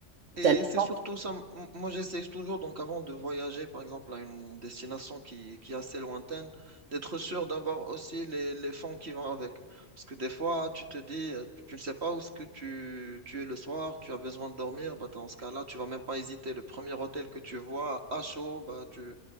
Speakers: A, on the right (about 60°); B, on the right (about 80°).
A: Et
B: t'as le
A: c'est
B: temps.
A: surtout ça, m- moi j'essaie toujours, donc avant de voyager par exemple à une destination qui, qui est assez lointaine, d'être sûr d'avoir aussi les, les fonds qui vont avec. Parce que des fois, tu te dis, euh, tu ne sais pas où ce que tu, tu es le soir, tu as besoin de dormir, bah, dans ce cas-là, tu vas même pas hésiter. Le premier hôtel que tu vois à chaud, bah, tu,